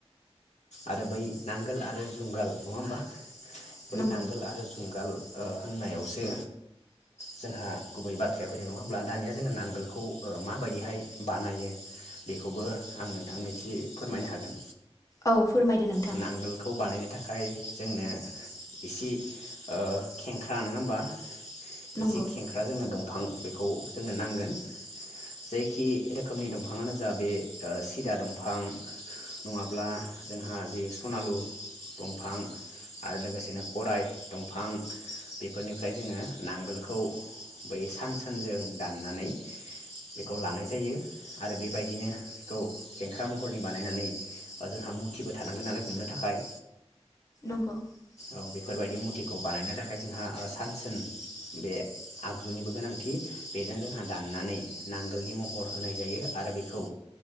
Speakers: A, on the left; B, on the left.
A: आरो बै नांगोल आरो जुंगाल नङा होमबा बै
B: नंगौ
A: नांगोल आरो जुंगाल ओ होननायावसो जोंहा गुबै बाथ्राया फैदों नङा होमब्ला दानिया जोंङो नांगोलखौ ओ माबायदिहाय बानायो बेखौबो आं नोंथांनिसि फोरमायनो हागोन
B: औ फोरमायदो नोंथां
A: नांगोलखौ बानायनो थाखाय जोंनो इसे ओ खेंख्रा नोङा होमबा एसे
B: नंगौ
A: खेंख्रा जोंनो दंफां बेखौ जोंनो नांगोन जायखि रोखोमनि दंफाङानो जा बे ओ सिदा दंफां नङाब्ला जोंहा जि सनालु दंफां आरो लोगोसेनो गराय दंफां बेफोरनिफ्राय जोङो नांगोलखौ बै सानसोनजों दाननानै बेखौ लानाय जायो आरो बेबायदिनो बेखौ खेंख्रा महरनि बानायनानै जोंहा मु थिबो थानांगोन नालाय हमनो थाखाय
B: <unintelligible>
A: औ बेफोरबायदि मुथिखौ बानायनो थाखाय जोंहा सानसोन बे आगजुनिबो गोनांथि बेजों जोंहा दाननानै नांगोलनि महर होनाय जायो आरो बेखौ